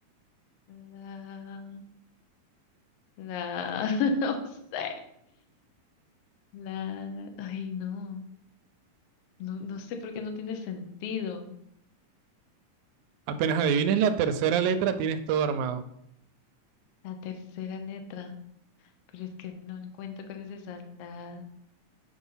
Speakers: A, on the left (about 70°); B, on the right (about 80°).
A: la, la, <laughs> no sé. La, ay, no, no, no sé por qué no tiene sentido.
B: Apenas adivines la tercera letra, tienes todo armado.
A: La tercera letra, pero es que no encuentro cuál es esa. La,